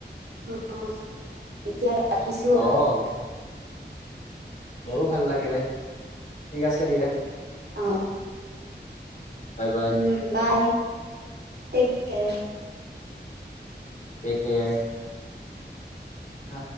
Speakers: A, on the right (about 65°); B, on the left (about 40°).
A: অ এতিয়া ৰাখিছো
B: অহ মোৰো ভাল লাগিলে, ঠিক আছে দিয়ে।
A: অ
B: bye bye
A: um bye take care.
B: Take care. আ।